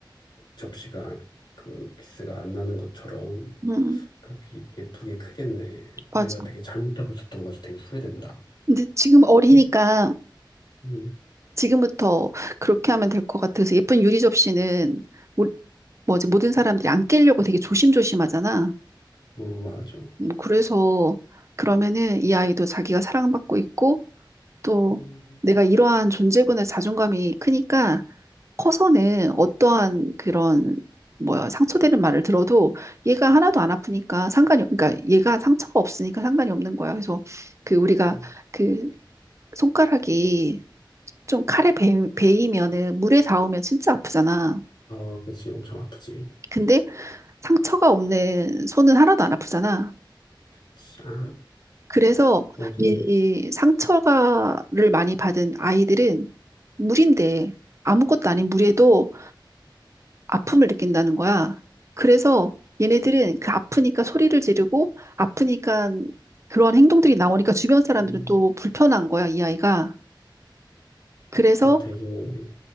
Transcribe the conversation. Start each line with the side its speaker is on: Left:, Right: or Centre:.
Left: 접시가 그 기스가 안 나는 것처럼
Right: 응,
Left: 그렇게 예쁘게 크겠네.
Right: 맞아.
Left: 내가 되게 잘못하고 있었던 것 같아서 되게 후회된다.
Right: 근데 지금 어리니까
Left: <laughs> 음,
Right: 지금부터 그렇게 하면 될 것 같아서 예쁜 유리 접시는 모- 뭐지 모든 사람들이 안 깨려고 되게 조심조심하잖아.
Left: 어, 맞아.
Right: 음, 그래서 그러면은 이 아이도 자기가 사랑받고 있고 또
Left: 음,
Right: 내가 이러한 존재군의 자존감이 크니까 커서는 어떠한 그런 뭐야 상처되는 말을 들어도 얘가 하나도 안 아프니까 상관이 그러니까 얘가 상처가 없으니까 상관이 없는 거야. 그래서 그 우리가
Left: 음.
Right: 그 손가락이 좀 칼에 베, 베이면은 물에 닿으면 진짜 아프잖아.
Left: 어, 그치, 엄청 아프지.
Right: 근데 상처가 없는 손은 하나도 안 아프잖아.
Left: 그치. 아,
Right: 그래서
Left: 어, 되게,
Right: 이, 이 상처가를 많이 받은 아이들은 물인데 아무것도 아닌 물에도 아픔을 느낀다는 거야. 그래서 얘네들은 그 아프니까 소리를 지르고 아프니까 그런 행동들이 나오니까 주변 사람들은
Left: 음,
Right: 또 불편한 거야, 이 아이가. 그래서
Left: 어, 되게